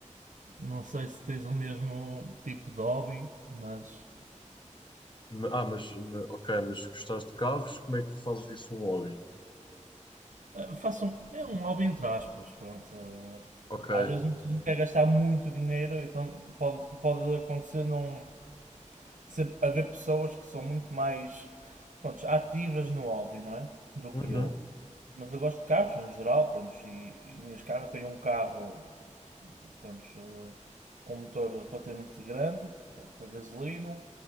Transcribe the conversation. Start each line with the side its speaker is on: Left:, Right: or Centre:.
Right: Não sei se tens o mesmo tipo de hobby, mas.
Left: Ma- Ah, mas, ma- ok, mas gostaste de carros, como é que tu fazes disso um hobby?
Right: ah, faço um, é um hobby entre aspas, pronto. ah,
Left: Ok.
Right: Às vezes um clube quer gastar muito dinheiro, então pode, pode acontecer não ser, haver pessoas que são muito mais pronto, ativas no hobby, não é? Do
Left: Uhum.
Right: que eu. Mas eu gosto de carros no geral, pronto, e, e neste carro eu tenho um carro pronto, eh, com um motor relativamente grande, pronto, a gasolina.